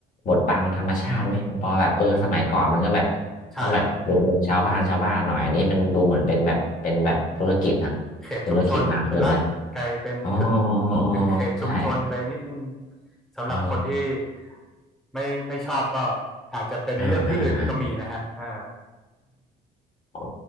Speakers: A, on the left; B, in the centre.
A: บดบังธรรมชาติไหมคุณปอแบบเออสมัยก่อนมันก็แบบ
B: ใช่
A: ต้องแบบดูเป็นชาวบ้านชาวบ้านหน่อยอันนี้มันดูเหมือนเป็นแบบเป็นแบบธุรกิจนะ
B: เขตชุมชนไปละกลายเป็นกึ่ง
A: ธุรกิจมากขึ้นนะอ๋ออ๋ออ๋อ
B: กึ่งเขตชุมชนไปนิดนึง
A: ใช่
B: สำหรับคนที่
A: อ๋อ
B: ไม่ไม่ชอบก็อาจจะเป็นเลือกที่อื่นก็มีนะฮะอ่า
A: อ่าอ่าอ่า เออ